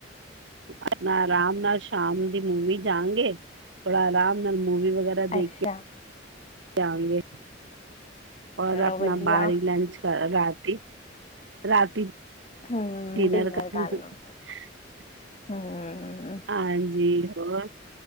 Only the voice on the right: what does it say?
ਆਪਣਾ ਆਰਾਮ ਨਾਲ ਸ਼ਾਮ ਦੀ ਮੂਵੀ ਜਾਨਗੇ ਥੋੜਾ ਆਰਾਮ ਨਾਲ ਮੂਵੀ ਵਗੈਰਾ ਦੇਖ
ਕੇ। ਜਾਵੇਂਗੇ। ਔਰ
ਆਪਣਾ
ਬਾਹਰ ਹੀ ਲੰਚ ਕਰ ਰਾਤ ਰਾਤੀ
ਡਿਨਰ <unintelligible>
ਹਾਂਜੀ ਹੋਰ